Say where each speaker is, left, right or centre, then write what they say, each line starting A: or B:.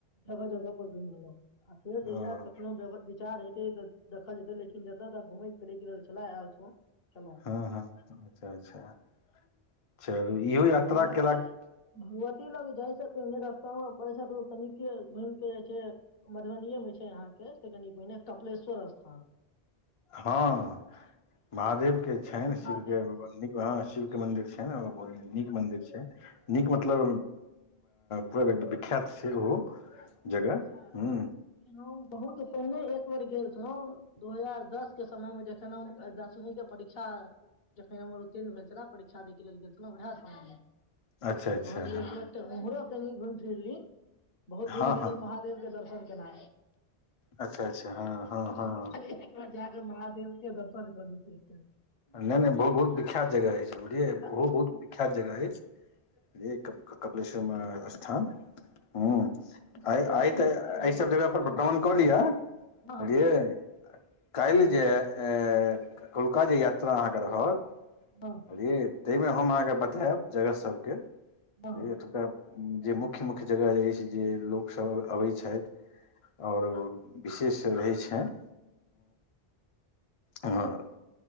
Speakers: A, on the left (about 65°); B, on the left (about 40°).
A: जगह जगह पर घुम लेलहुँ फेर
B: अ,
A: जहिया कखनो <unintelligible> विचार हेतै तऽ देखल जेतै लेकिन जतय तऽ घुमै फिरय केँ छलै आयल छलो <unintelligible> आ
B: हँ हँ अच्छा अच्छा चलू इहो यात्रा
A: भगवती
B: केलाक
A: भगवती लग जाइ सँ पहिले रस्ता मऽ <unintelligible> तकनि <unintelligible> घूम केँ जाय छै मधुबनीे मे छै अहाँ केँ से कनि पहिने कपिलेश्वर स्थान
B: हँ महादेव केँ छनि
A: महादेव
B: शिव केँ बड़ा
A: के
B: नीक हँ शिव केँ मंन्दिर छै <unintelligible>
A: हँ
B: नीक मंदिर छै नीक मतलब पूरा विख्यात छै ओहो
A: विख्यात बहुत
B: जगह
A: विख्यात
B: हूँ
A: हम बहुत पहिने एक बेर गेल छलौ दू हजार दस के समय मे जखैन हम दसवी केँ परीक्षा जखन हमर उत्तीर्ण भेल छलै परीक्षा दैय कऽ लेल गेल छलहुँ वएह समय मे
B: अच्छा
A: तऽ
B: अच्छा
A: कहलियै
B: हँ
A: तुरते उम्हरो केनि घुमि फिर ली बहुत दीन
B: हँ
A: भऽ
B: हँ
A: गेल महादेव केँ दर्शन केना
B: अच्छा अच्छा हँ हँ
A: <unintelligible>
B: हँ
A: और जा कऽ महादेव के दर्शन कऽ <unintelligible>
B: नहि नहि बहु बहुत विख्यात जगह अछि बुझलियै
A: बड्ड
B: ओहो
A: सुन्दर
B: बहुत
A: छै,
B: विख्यात
A: हँ
B: जगह अछि एक कऽ कपिलेश्वर स्थान हुँ
A: किछ
B: आय
A: परिवर्तन
B: आई तऽ
A: एतुका
B: एहि
A: भऽ
B: सब
A: गेल
B: जगह
A: छै।
B: पर भ्रमण कऽ लिअ
A: हँ
B: बुझलियै काल्हि जे ए कोलका जे यात्रा अहाँकेँ रहत
A: हँ
B: <unintelligible> ताहि मे हम अहाँकेँ बतायब जगह सबकेँ
A: हँ हँ
B: एतुका जे मुख्य मुख्य जगह अछि जे लोक सब अबै छथि और विशेष रहै छैन हं